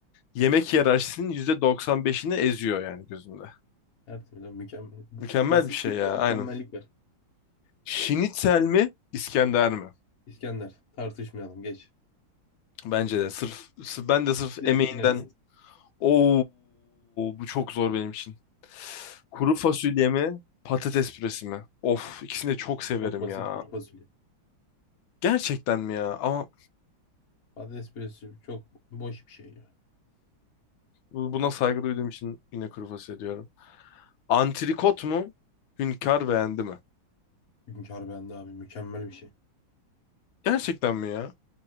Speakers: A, on the left; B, on the left.
A: yemek hiyerarşisinin %95'ini eziyor yani gözümde.
B: <laughs> Tertemiz abi, mükemmel.
A: Mükemmel
B: Basitlikte
A: bir şey ya
B: mükemmellik
A: aynen.
B: var.
A: Şinitzel mi İskender mi?
B: İskender tartışmayalım geç.
A: Bence de sırf, sırf ben de sırf
B: Direkt
A: emeğinden
B: finalist.
A: Oo, bu çok zor benim için. Kuru fasulye mi, patates püresi mi? Of, ikisini de çok severim
B: Çok basit
A: ya.
B: kuru fasulye.
A: Gerçekten mi ya? Ama
B: Patates püresi çok boş bir şey ya.
A: bu- buna saygı duyduğum için yine kuru fasulye diyorum. Antrikot mu, hünkar beğendi mi?
B: Hünkar bende abi mükemmel bir şey.
A: Gerçekten mi ya?